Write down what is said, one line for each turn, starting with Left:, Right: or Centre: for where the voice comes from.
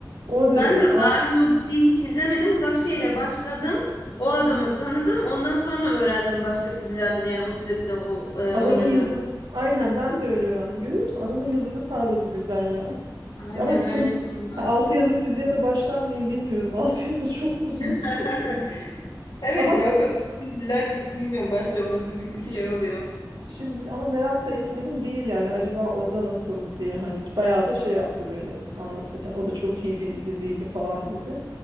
Right: O dedi.
Left: Ben de
Right: Ah,
Left: daha önce o diziyi hiç izlemedim. Uzak Şehir'e başladım. O adamı tanıdım. Ondan sonra öğrendim başka dizilerde de yani o dizide de o e,
Right: Adamın
Left: oynadığını.
Right: yıldız. Aynen ben de öyle öğrendim. Görüyor musun? Adamın yıldızı parladı birden ya.
Left: Aynen
Right: Ama son
Left: öyle valla.
Right: 6 yıllık diziye de başlar mıyım bilmiyorum. <laughs> 6 yıl da çok uzun.
Left: <laughs>
Right: <laughs>
Left: Evet
Right: Ama
Left: ya o kadar diziler bilmiyorum başlaması bir tık şey
Right: iş-
Left: oluyor.
Right: şimdi ama merak da etmedim değil yani acaba orada nasıldı diye hani bayağı da şey yaptı böyle anlatırken. O da çok iyi bir diziydi falan dedi.